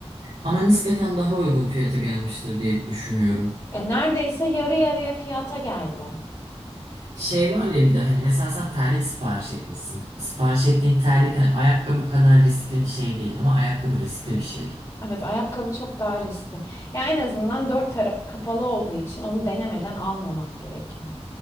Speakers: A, on the right (about 85°); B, on the left (about 30°).
A: Ama nispeten daha uygun fiyata gelmiştir diye düşünüyorum.
B: Ya neredeyse yarı yarıya fiyata geldi.
A: Şey var ya bir de hani mesela sen terlik sipariş etmişsin. Sipariş ettiğin terlik hani ayakkabı kadar riskli bir şey değil ama ayakkabı riskli bir şey.
B: Evet ayakkabı çok daha riskli. Ya en azından dört tarafı kapalı olduğu için onu denemeden almamak gerekiyor.